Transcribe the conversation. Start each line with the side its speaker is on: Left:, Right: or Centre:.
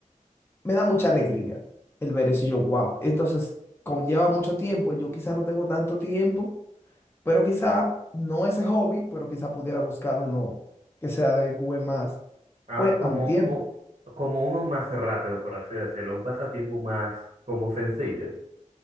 Left: me da mucha alegría el ver eso y yo, wow. Entonces, conlleva mucho tiempo. Yo quizá no tengo tanto tiempo, pero quizá no ese hobby, pero quizá pudiera buscar uno que se adecue más,
Right: Ah,
Left: pues,
Right: como,
Left: a mi tiempo.
Right: o- como uno más rápido, por así decirlo, un pasatiempo más como sencillo.